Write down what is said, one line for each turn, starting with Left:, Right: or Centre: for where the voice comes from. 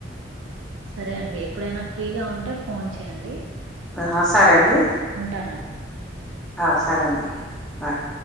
Right: సరే అండి ఎప్పుడైనా ఫ్రీగా ఉంటే ఫోన్ చేయండి
Centre: ఆహా సరే అండి
Right: ఉంటానండి.
Centre: ఆ సరే అండి బాయ్